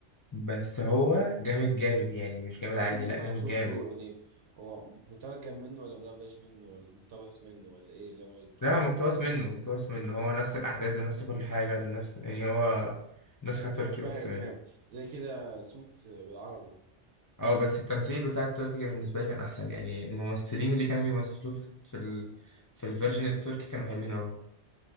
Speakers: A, on the left (about 30°); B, on the right (about 70°).
A: بس هو جامد جامد يعني مش جامد
B: اصلا
A: عادي لا جامد
B: شفته
A: جامد
B: يعني هو مترجم منه ولا مدبلج منه ولا مقتبس منه ولا ايه اللي هو الدكتور
A: لا مقتبس
B: ابن-
A: منه مقتبس منه هو نفس الأحداث بنفس كل حاجة بنفس يعني هو نسخة
B: ايوه
A: تركي
B: فاهم
A: بس
B: فاهم زي كده سوتس بالعربي
A: اه بس التمثيل بتاع التركي بالنسبة لي كان أحسن يعني الممثلين اللي كانوا بيمثلوا في في ال... في الفيرجن التركي كانوا حلوين أوي